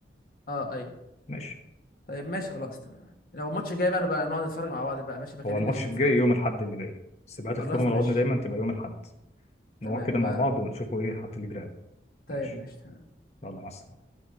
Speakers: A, on the left; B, on the left.
A: اه ايوه
B: ماشي
A: طيب ماشي خلاص تمام لو الماتش الجاي بقى انا بقى نقعد نتفرج مع بعض بقى ماشي بكلمني
B: هو الماتش
A: عشان ننزل
B: الجاي
A: مع بعض
B: يوم الأحد اللي جاي سباقات
A: خلاص
B: الفورمولا
A: ماشي
B: 1 دايما تبقى يوم الأحد
A: تمام
B: نقعد كده
A: نبقى
B: مع بعض ونشوفوا إيه هات اللي جرى
A: طيب
B: ماشي
A: ماشي
B: يلا مع السلامة